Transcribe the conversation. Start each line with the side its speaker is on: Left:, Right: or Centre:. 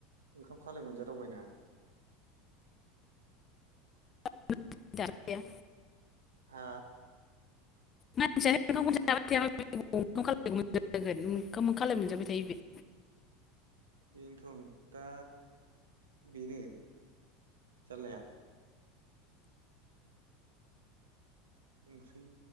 Right: ओंखाम खालाय मोनजादावबायना।
Left: <unintelligible> जाखाया।
Right: हा?
Left: मानसियानो ओंखामखौ जाबाय थायाब्ला बेलाय ओबाव ओंखाम खालाय मोनजाबाय थागोन। ओंखाम खालाय मोनजाबाय थायो बे।
Right: बेनोथ'न दा बेनो जाल्लाया। ओंख्रि